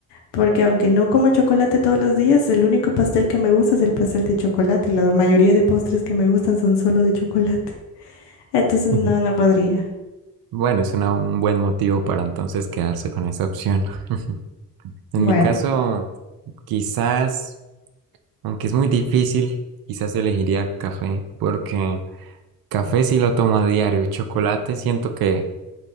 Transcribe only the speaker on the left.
porque aunque no coma chocolate todos los días, el único pastel que me gusta es el pastel de chocolate y la mayoría de postres que me gustan son solo de chocolate. Entonces,
no, no podría.
Bueno,